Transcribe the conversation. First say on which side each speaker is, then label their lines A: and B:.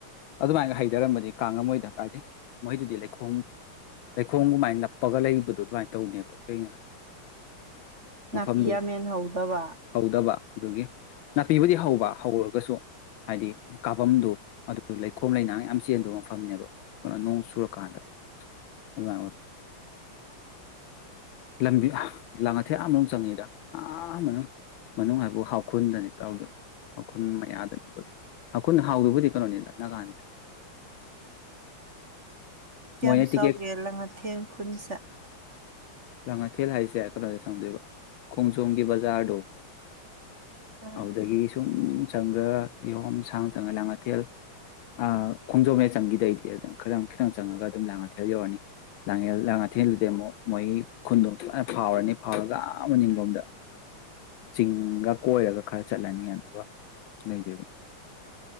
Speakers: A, on the left; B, on the right.
A: ꯑꯗꯨꯃꯥꯏꯅꯒ ꯍꯩꯊꯔꯃꯗꯤ ꯀꯥ ꯉꯝꯃꯣꯏꯗ ꯀꯥꯏꯗꯩ ꯃꯣꯏꯗꯨꯗꯤ ꯂꯩ ꯈꯣꯝ ꯂꯩꯈꯣꯝ ꯒꯨꯃꯥꯏ ꯅꯞ ꯄꯒ ꯂꯩꯕꯗꯣ ꯑꯗꯨꯃꯥꯏꯅ ꯇꯧꯅꯦꯕ ꯑꯩꯅ ꯃꯐꯝꯗꯨ
B: ꯅꯥꯄꯤ ꯌꯥꯝ ꯃꯦꯟꯍꯧꯗꯕ
A: ꯇꯧꯗꯕ ꯑꯗꯨꯒꯤ ꯅꯥꯄꯤꯕꯨꯗꯤ ꯍꯧꯕ ꯍꯧꯔꯔꯒꯁꯨ ꯍꯥꯏꯗꯤ ꯀꯥꯐꯝꯗꯣ ꯑꯗꯨ ꯂꯩꯈꯣꯝ ꯂꯩꯅꯥꯡ ꯌꯥꯝ ꯆꯦꯟꯕ ꯃꯐꯝꯅꯦꯕ ꯅꯣꯡ ꯁꯨꯔꯀꯥꯟꯗ ꯑꯗꯨꯃꯥꯏꯅ ꯑꯣꯏꯕ ꯂꯝꯕꯤ ꯂꯥꯡꯉꯥꯊꯦꯜ ꯑꯥ ꯃꯅꯨꯡ ꯆꯪꯉꯤꯗ ꯑꯥ ꯃꯅꯨꯡ ꯃꯅꯨꯡ ꯍꯥꯏꯕꯨ ꯍꯥꯎ ꯈꯨꯜꯗꯅꯤ ꯇꯧ ꯗꯣꯏ ꯍꯥꯎꯈꯨꯜ ꯃꯌꯥꯗꯅꯤ ꯍꯥꯎꯈꯨꯟ ꯍꯥꯎꯗꯨꯕꯨꯗꯤ ꯀꯩꯅꯣꯅꯤꯗ ꯅꯥꯒꯥꯅꯤꯗ
B: ꯀꯌꯥꯝ
A: ꯃꯣꯏꯅ
B: ꯆꯥꯎꯒꯦ
A: ꯇꯤꯀꯦꯠ
B: ꯂꯥꯡꯉꯊꯦꯜ <unintelligible>
A: ꯂꯥꯡꯉꯥꯊꯦꯜ ꯍꯥꯏꯁꯦ ꯀꯩꯅꯣꯗꯒꯤ ꯆꯪꯗꯣꯏꯕ ꯈꯣꯡꯖꯣꯝꯒꯤ ꯕꯖꯥꯔꯗꯣ
B: ꯎꯝ
A: ꯑꯗꯨꯗꯒꯤ ꯁꯨꯝ ꯆꯪꯈ꯭ꯔ ꯌꯥꯝ ꯁꯥꯡ ꯆꯪꯉꯥꯒ ꯂꯥꯡ ꯑꯥꯊꯦꯜ ꯑꯥ ꯈꯣꯡꯖꯣꯝ ꯍꯦꯛ ꯆꯪꯈꯤꯗꯩꯗꯤ ꯑꯗꯨꯝ ꯈꯤꯇꯪ ꯈꯤꯇꯪ ꯆꯪꯉꯒ ꯑꯗꯨꯝ ꯂꯥꯡꯉꯥꯊꯦꯜ ꯌꯧꯔꯅꯤ ꯂꯥꯡ ꯂꯥꯡ ꯑꯥꯊꯦꯜꯗꯨꯗꯤ ꯑꯃꯨꯛ ꯃꯣꯏꯒꯤ ꯈꯨꯟꯗꯣ ꯐꯖꯅ ꯐꯥꯎꯔꯅꯤ ꯐꯥꯎꯔꯒ ꯑ ꯃꯅꯤꯡꯂꯣꯝꯗ ꯆꯤꯡꯒ ꯀꯣꯏꯔꯒ ꯈꯔ ꯆꯠꯂꯅꯤ ꯑꯗꯨꯒ ꯂꯩꯗꯣꯏꯕ